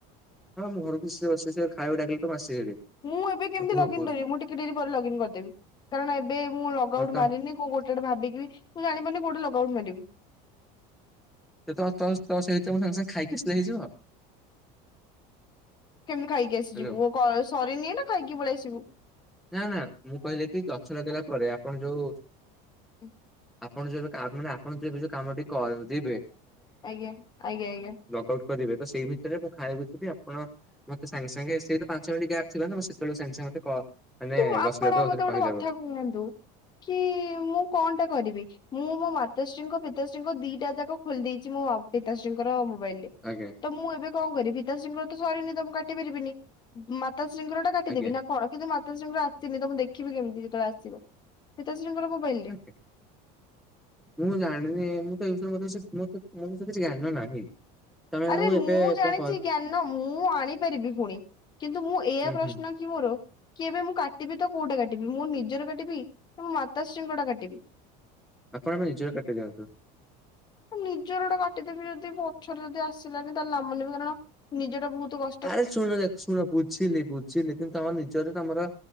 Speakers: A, in the centre; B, on the left.
A: ହଁ ମୁଁ ଘର <unintelligible> ବସିଛି ସେ ଖାଇବାକୁ ଡାକିଲେ ତ ମୁ ଆସିଚି ହେରି।
B: ମୁଁ ଏବେ କେମିତି
A: କୁହ
B: ଲଗ
A: କୁହ
B: ଇନ କରିବି ମୁଁ ଟିକେ ଡେରି ପରେ ଲଗ ଇନ କରିଦେବି, କାରଣ ଏବେ ମୁଁ ଲଗ
A: ହଁ
B: ଆଉଟ
A: ତ
B: ମାରିନି। କଉ ଗୋଟେ ଟେ ଭାବିକି ମୁ ଯାଣିି ପାରୁନି କୋଉଠେ ଲଗ ଆଉଟ ମାରିବି।
A: ତ ତ ସେ ଭିତରେ ମୁଁ ସାଙ୍ଗେ ସାଙ୍ଗେ ଖାଇକି ଆସିଲେ ହେଇଯିବ?
B: କେମିତି ଖାଇକି ଆସିଯିବୁ,
A: ହ୍ୟାଲୋ
B: ସରିନି ନା ଖାଇକି ପଳେଇ ଆସିବୁ।
A: ନା ନା ମୁଁ କହିଲି କି ଗଛ ଲଗେଇଲା ପରେ ଆପଣ ଯୋଉ
B: ହଁ
A: ଆପଣ ଯୋଉ ଏବେ କା ମାନେ ଆପଣ ଯୋଉ ଏବେ ଯୋଉ କାମ ଟି କ ଯିବେ
B: ଆଜ୍ଞା ଆଜ୍ଞା ଆଜ୍ଞା
A: ଲଗ ଆଉଟ୍ କରିବେ, ତ ସେଇ ଭିତରେ ମୁଁ ଖାଇବାକୁ ଯିବି ଆପଣ ମତେ ସାଙ୍ଗେ ସାଙ୍ଗେ ସେଇ ତ ପାଞ୍ଚ ମିନିଟ ଗ୍ୟାପ ଥିବ ନା ତ ମୁଁ ସେତେବେଳୁ ସାଙ୍ଗ ସାଙ୍ଗେ ମତେ କଲ୍ ମାନେ
B: ତୁ ଆପଣ
A: ବସିଲା ଠୁ
B: ମତେ
A: ସେଇଟେ
B: ଗୋଟେ
A: କହିଦେବ।
B: କଥା କୁହନ୍ତୁ କି ମୁଁ କଣ ଟା କରିବି? ମୁଁ ମୋ ମାତାଶ୍ରୀଙ୍କ, ପିତାଶ୍ରୀଙ୍କ ଦିଟା ଯାକ ଖୋଲି ଦେଇେଛି ମୋ ପିତାଶ୍ରୀଙ୍କର ମୋବାଇଲ।
A: ଆଜ୍ଞା
B: ତ ମୁଁ ଏବେ କଣ କରିବି? ପିତା ଶ୍ରୀଙ୍କର ତ ସରିନି ତମ ମୁଁ କାଟି ପାରିବିନି, ମାତା ଶ୍ରୀଙ୍କର ଟା କାଟିଦେବି
A: ଆଜ୍ଞା
B: ନା କଣ? କିନ୍ତୁ ମାତାଶ୍ରୀଙ୍କର ଆସିନି, ତ ମୁଁ ଦେଖିବି କେମିତି ଯେତେବେଳେ ଆସିବ ପିତାଶ୍ରୀଙ୍କର ମୋବାଇଲ ରେ
A: ଆଜ୍ଞା। ମୁଁ ଜଣଣି ମୁଁ ତ ମଁ ମଁ କିଛି <unintelligible> ତମେ
B: ଆରେ ମୁଁ
A: ଏବେ
B: ଜାଣିଛି
A: କଣ କର
B: ଜ୍ଞାନ ମୁଁ ଆଣିପାରିବି। ପୁଣି କିନ୍ତୁ ମୁଁ ଏ
A: ହୁଁ
B: ପ୍ରଶ୍ନ
A: ହୁଁ
B: କି କି ମୋର କି ଏବେ ମୁଁ କାଟିବି, ତ କୋଉଟା କାଟିବି ମୁଁ ନିଜର କାଟିବି ନା ମୋ ମାତାଶ୍ରୀଙ୍କ ଟା କାଟିବି।
A: ଆପଣ ମେ ନିଜର କାଟି ଯଆନ୍ତୁ।
B: ନିଜର ଗୋଟା କାଟିଦେବି, ଯଦି ପଛରେ ଯଦି ଆସିଲାନି ତାଲେ ନାମନି କାରଣ ନିଜଟା ବହୁତ କ
A: ଆରେ ଶୁଣ ଦେଖ ଶୁଣ ବୁଝିଲି ବୁଝିଲି କିନ୍ତୁ ତମର ନିଜର ତମର